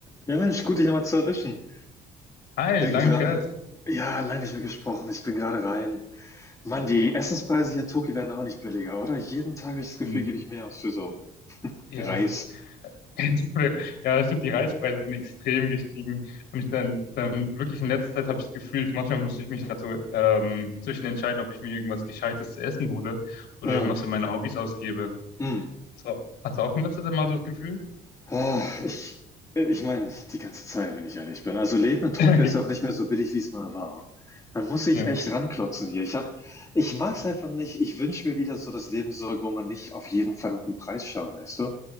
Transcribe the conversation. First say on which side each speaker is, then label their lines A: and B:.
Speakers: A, on the left; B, on the left.
A: Ja, Mensch, gut, dich nochmal zu erwischen.
B: Hi,
A: Bin
B: lang
A: gerade,
B: nicht gehört.
A: ja, lange nicht mehr gesprochen. Ich bin gerade rein. Mann, die Essenspreise hier in Tokio werden auch nicht billiger, oder? Jeden Tag habe ich das Gefühl,
B: Hm.
A: gebe ich mehr aus für so
B: Ja,
A: Reis.
B: es ist. <laughs> Ja, stimmt, die Reispreise sind extrem gestiegen. Und ich dann, dann wirklich in letzter Zeit habe ich das Gefühl, ich, manchmal muss ich mich dazu ähm, zwischen entscheiden, ob ich mir irgendwas Gescheites zu essen hole oder
A: Ja,
B: irgendwas für meine Hobbys ausgebe.
A: mm.
B: So. Hast du auch in letzter Zeit mal so das Gefühl?
A: Ah, ich, ich meine, die ganze Zeit, wenn ich ehrlich bin. Also Leben
B: <laughs>
A: in Tokio
B: Okay.
A: ist ja auch nicht mehr so billig, wie es mal war. Man muss sich
B: Ja,
A: echt ranklotzen hier. Ich hab, ich mag's einfach nicht. Ich wünsche mir wieder so das Leben zurück, wo man nicht auf jeden verdammten Preis schaut, weißt du?